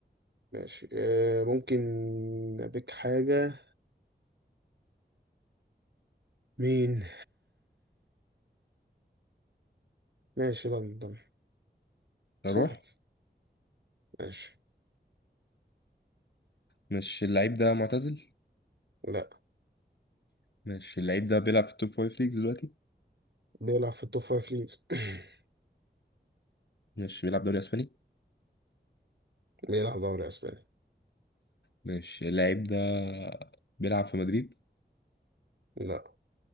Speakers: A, on the right; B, on the left.
A: ماشي آه، ممكن أبيك حاجة مين ماشي لندن سهل
B: اروح
A: ماشي
B: مش اللعيب ده معتزل
A: لا
B: مش اللعيب ده بيلعب في التوب فايف ليجز دلوقتي
A: بيلعب في التوب فايف ليجز <coughs>
B: مش بيلعب دوري اسباني
A: <clears throat> بيلعب دوري أسباني
B: ماشي اللعيب ده بيلعب في مدريد
A: لا